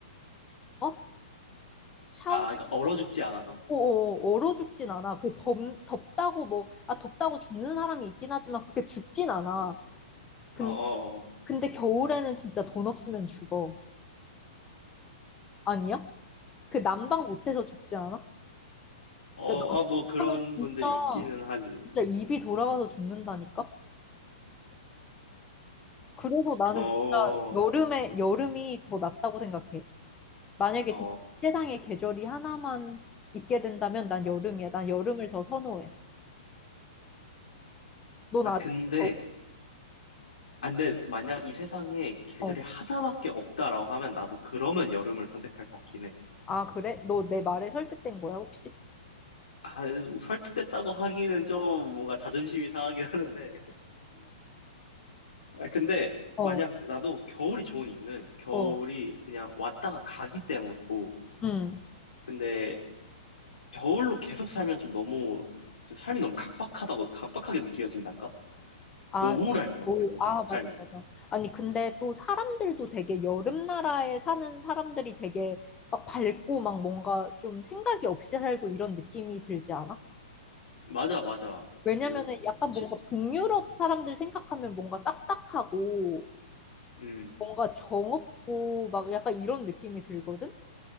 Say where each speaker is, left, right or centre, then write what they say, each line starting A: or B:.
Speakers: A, on the left; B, on the left.
A: 어? 샤워,
B: 아, 그러니까 얼어 죽지 않아서?
A: 어, 어, 얼어 죽진 않아. 그 덥, 덥다고 뭐, 아, 덥다고 죽는 사람이 있긴 하지만 그렇게 죽진 않아.
B: 어,
A: 근,
B: 어, 어, 어,
A: 근데 겨울에는 진짜 돈 없으면 죽어. 아니야? 그 난방 못해서 죽지 않아?
B: 어, 어,
A: 야,
B: 뭐 그런
A: 난방하면 진짜,
B: 분들이 있기는 하지.
A: 진짜 입이 돌아가서 죽는다니까? 그래서 나는
B: 어,
A: 진짜 여름에, 여름이 더 낫다고 생각해. 만약에
B: 어.
A: 진짜 이 세상에 계절이 하나만 있게 된다면 난 여름이야. 난 여름을 더 선호해. 넌
B: 아,
A: 아직,
B: 근데,
A: 어,
B: 아, 근데 만약 이 세상에 계절이
A: 어.
B: 하나밖에 없다라고 하면 나도 그러면 여름을 선택할 것 같긴 해.
A: 아, 그래? 너 내 말에 설득된 거야, 혹시?
B: 아, 뭐 설득됐다고 하기는 좀 뭔가 자존심이 상하긴 하는데, 아, 근데
A: 어,
B: 만약 나도 겨울이 좋은 이유는 겨울이
A: 어.
B: 그냥 왔다가 가기 때문이고,
A: 음.
B: 근데 겨울로 계속 살면 좀 너무, 좀 삶이 너무 각박하다고, 각박하게 느껴진달까?
A: 아,
B: 너무 우울할 것
A: 겨울.
B: 같아, 뭔가,
A: 아,
B: 삶이.
A: 맞아, 맞아. 아니, 근데 또 사람들도 되게 여름 나라에 사는 사람들이 되게 막 밝고 막 뭔가 좀 생각이 없이 살고 이런 느낌이 들지 않아?
B: 맞아, 맞아.
A: 왜냐면은
B: 그,
A: 약간 뭔가
B: 시,
A: 북유럽 사람들 생각하면 뭔가 딱딱하고
B: 음,
A: 뭔가 정 없고 막 약간 이런 느낌이 들거든?